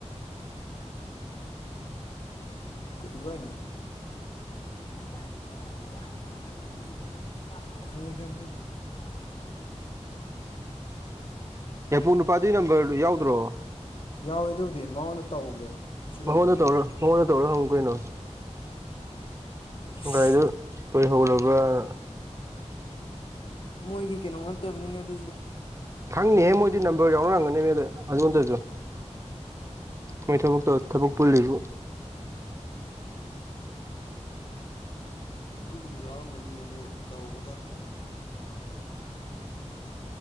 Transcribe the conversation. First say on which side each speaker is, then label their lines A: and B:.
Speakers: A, on the left; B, on the right.
A: ꯀꯕꯥꯏꯅꯤ ꯑꯣ ꯑꯩꯅ ꯍꯥꯏꯁꯤꯅꯦ ꯉꯔꯥꯡ ꯅꯍꯥꯟꯒꯤ <unintelligible>
B: ꯌꯥꯏꯄꯨ ꯅꯨꯄꯥꯗꯨ ꯅꯝꯕꯔꯗꯨ ꯌꯥꯎꯗ꯭ꯔꯣ
A: ꯌꯥꯎꯋꯦ ꯑꯗꯨꯕꯨꯗꯤ ꯃꯉꯣꯟꯗ ꯇꯧꯒꯦ ꯁꯤ ꯂꯣꯏꯕꯒ
B: ꯃꯉꯣꯟꯗ ꯇꯧꯔꯣ ꯃꯉꯣꯟꯗ ꯇꯧꯔꯣ ꯍꯪ ꯀꯩꯅꯣ
A: ꯑꯁ
B: ꯒꯥꯔꯤꯗ ꯇꯣꯏ ꯍꯧꯕ ꯂꯔꯕ
A: ꯃꯣꯏꯒꯤ ꯀꯩꯅꯣ ꯅꯠꯇꯕꯅꯤꯅ ꯑꯗꯨꯁꯨ
B: ꯈꯪꯅꯤꯍꯦ ꯃꯣꯏꯗꯤ ꯅꯝꯕꯔ ꯌꯥꯎꯅꯔꯝꯒꯅꯤ ꯃꯗ ꯑꯗꯨꯉꯣꯟꯗꯁꯨ ꯃꯣꯏ ꯊꯕꯣꯛꯛ ꯇ ꯊꯕꯨꯛ ꯄꯨꯂꯤꯔꯤꯕ
A: ꯑꯗꯨꯕꯨꯗꯤ ꯌꯥꯎꯔꯝꯒꯅꯤ ꯑꯗꯨꯗ ꯇꯧꯒꯗ